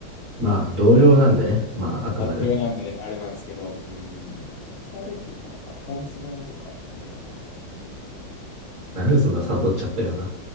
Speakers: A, on the right; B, on the left.
A: まあ、同僚なんでね、まあ、あくまでも。
B: まあ、同僚なんであれなんですけど、うん。コスパ悪いっていうか、なんか本質じゃないというか、なんていうのか
A: なんでそんなサボっちゃったような。
B: な。